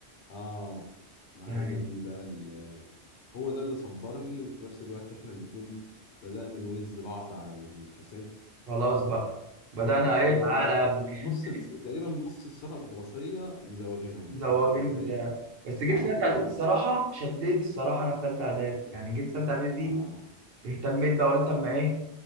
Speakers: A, on the left (about 80°); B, on the right (about 65°).
A: اه ما
B: يعني
A: هي دي بقى ال- هو ده اللي صبرني وفي نفس الوقت احنا الاتنين بدأنا نوز بعض على الفساد
B: خلاص بقى بدأنا
A: فبقينا
B: ايه تعالى
A: ايه بقى
B: يا ابني
A: نص الس- تقريبا نص السنة الدراسية مزوغينها
B: <laughs>
A: انت
B: زوغين
A: فاهم ازاي؟
B: بتاع بس جيت
A: على
B: في ثالثه
A: طول
B: اعدادي الصراحه شديت الصراحه انا في ثالثه اعدادي يعني جيت في ثالثه اعدادي دي
A: اه
B: اهتميت بقى قلت اما ايه